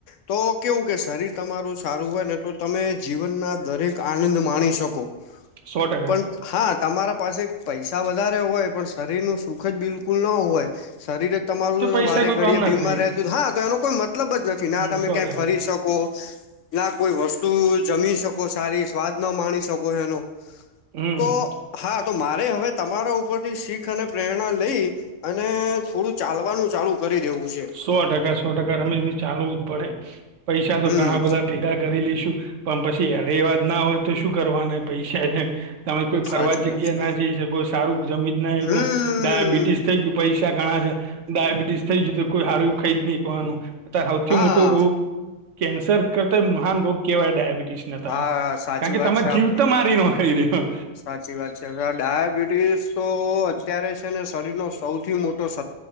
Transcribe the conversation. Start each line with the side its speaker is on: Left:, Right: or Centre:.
Left: તો કેવું કે શરીર તમારું સારું હોય ને તો તમે જીવનના દરેક આનંદ માણી શકો.
Right: સો ટકા
Left: પણ હા, તમારા પાસે પૈસા વધારે હોય, પણ શરીર નુ સુખજ બિલકુલ ન હોય. શરીર રે તમારું
Right: તો પૈસા
Left: વારે
Right: કોઈ
Left: ઘડીયે
Right: કામના
Left: બીમાર
Right: જ નહી
Left: રહેતું, હા તો એનો કોઈ મતલબ જ નથી, ના
Right: હમ
Left: તમે
Right: સો
Left: ક્યાંય
Right: ટકા
Left: ફરી શક કો ના કોઈ વસ્તુ જમી શકો સારી, સ્વાદ ન માણી શકો એનો.
Right: હમ્મ
Left: તો હા તો મારે હવે તમારા ઉપરથી શીખ અને પ્રેરણા લઈ અને ફુલ ચાલવાનું ચાલુ કરી દેવું છે.
Right: સો ટકા, સો ટકા, રમેશ ભઈ ચાલવું જ પડે, પૈસા તો
Left: હમ
Right: ઘણા બધા ભેગા કરી લઈશું, પણ પછી અદેવાદ ના હોય તો શું કરવાના એ પૈસા ને તમે કોઈ ફરવા
Left: સાચી
Right: જગ્યા
Left: વાત છે
Right: ના જઈ શકો સારું જમીજ ના હયકો
Left: હમ
Right: ડાયાબિટીસ થઈ ગયું. પૈસા ઘણા છે ડાયાબિટીસ થઈ જયુ કોઈ હારું ખાઈ જ નહી કરવાનું સૌથી
Left: હા
Right: મોટો રોગ. કેન્સર. કત મહાન રોગ કેહેવાય ડાયાબિટીસ ના તરફ,
Left: હા સાચી
Right: કારણ કે
Left: વાત
Right: તમે
Left: છે આપડી
Right: જીવતો મારી નોખે ઈ તો
Left: સાચી વાત છે, હવે આ ડાયાબિટી તો અત્યારે છે ને શરીર નો સૌથી મોટો સ